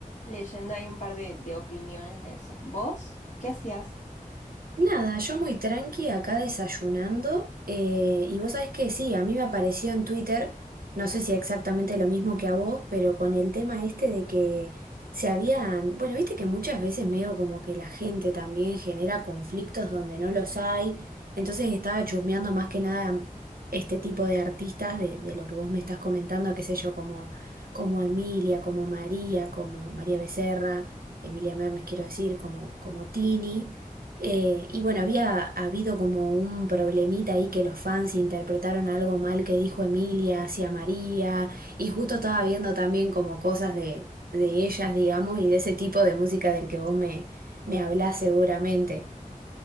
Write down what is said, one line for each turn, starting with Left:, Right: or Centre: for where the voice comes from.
Left: leyendo ahí un par de, de opiniones de eso. ¿Vos? ¿Qué hacías?
Right: Nada, yo muy tranqui acá desayunando eh, y vos sabés que sí, a mí me apareció en Twitter, no sé si exactamente lo mismo que a vos, pero con el tema este de que se habían, bueno, viste que muchas veces medio como que la gente también genera conflictos donde no los hay, entonces estaba chusmeando más que nada este tipo de artistas de, de lo que vos me estás comentando, qué sé yo, como, como Emilia, como María, como María Becerra, Emilia Mernes quiero decir, como, como Tini. Eh, y bueno, había habido como un problemita ahí que los fans interpretaron algo mal que dijo Emilia hacia María, y justo estaba viendo también como cosas de, de ellas, digamos, y de ese tipo de música del que vos me, me hablás seguramente.